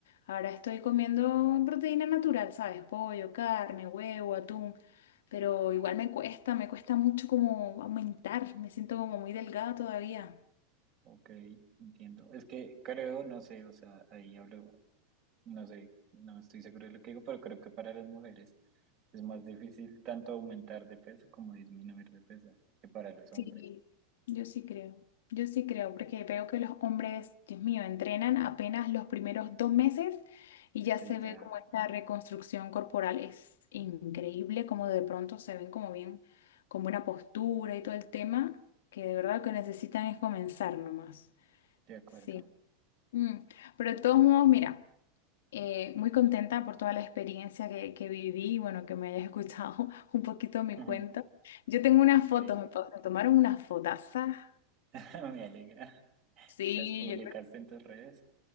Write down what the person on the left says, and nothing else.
Ahora estoy comiendo proteína natural, ¿sabes? Pollo, carne, huevo, atún, pero igual me cuesta, me cuesta mucho como aumentar, me siento como muy delgada todavía.
Sí. Yo sí creo, yo sí creo, porque veo que los hombres, Dios mío, entrenan apenas los primeros dos meses y ya
se
ve como esta reconstrucción corporal es increíble, como de pronto se ven como bien, con buena postura y todo el tema, que de verdad lo que necesitan es comenzar nomás.
Sí, Mm, Pero de todos modos, mira, eh, muy contenta por toda la experiencia que, que viví y bueno, que me hayas escuchado <laughs> un poquito mi
cuento. Yo tengo unas
fotos, me, pa- me tomaron unas fotazas.
Sí,
yo creo. que-